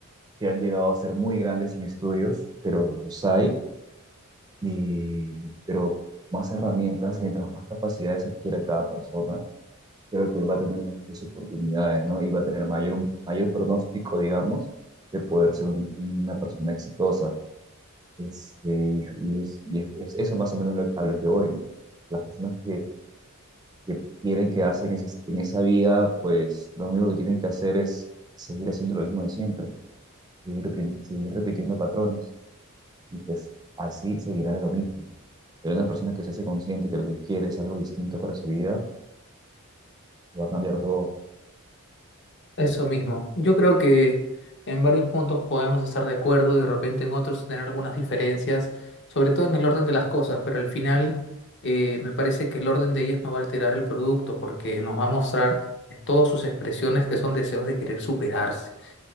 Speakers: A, on the right; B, on the left.
A: que han llegado a ser muy grandes sin estudios, pero los hay, y, pero más herramientas, mientras más capacidades adquiera cada persona, creo que va a tener mayores oportunidades, ¿no? Y va a tener mayor, mayor pronóstico, digamos, de poder ser un- una persona exitosa. Este, y es, y es- es eso más o menos lo- a lo que voy, ¿no? Las personas que, que quieren quedarse en, ese- en esa vida, pues lo único que tienen que hacer es seguir haciendo lo mismo de siempre, seguir, repi- seguir repitiendo patrones y pues así seguirán en lo mismo. Pero una persona que se hace consciente que lo que quiere es algo distinto para su vida, va a cambiar todo.
B: Eso mismo. Yo creo que en varios puntos podemos estar de acuerdo y de repente en otros tener algunas diferencias, sobre todo en el orden de las cosas, pero al final eh, me parece que el orden de ellas no va a alterar el producto porque nos va a mostrar en todas sus expresiones que son deseos de querer superarse.